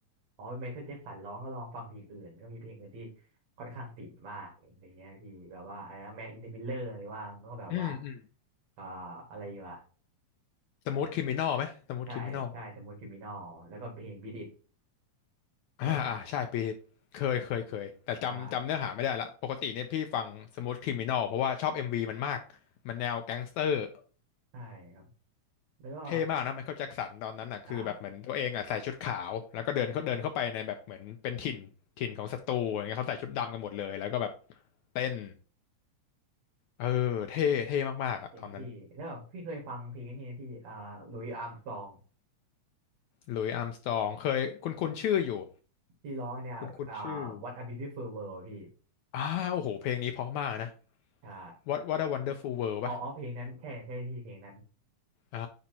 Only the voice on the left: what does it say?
อืมอืม
สมูทคริมินอลไหมสมูทคริมินอล
อ่าอ่าใช่ปีเคยเคยเคยแต่จำจำเนื้อหาไม่ได้ละปกติเนี่ยพี่ฟังสมูทคริมินอลเพราะว่าชอบเอ็มวีมันมากมันแนวแก๊งสเตอร์
เท่มากนะไมเคิลแจ็คสันตอนนั้นอ่ะคือแบบเหมือนตัวเองอ่ะใส่ชุดขาวแล้วก็เดินเขาเดินเข้าไปในแบบเหมือนเป็นถิ่นถิ่นของศัตรูอย่างเงี้ยเขาใส่ชุดดำกันหมดเลยแล้วก็แบบ
เต้นเออเท่เท่มากๆอ่ะตอนนั้น
หลุยส์อาร์มสตรองเคยคุณคุณชื่ออยู่
คุณคุณชื่อ
อ่าโอ้โหเพลงนี้เพราะมากนะ
What What a Wonderful World
ปะ อ่า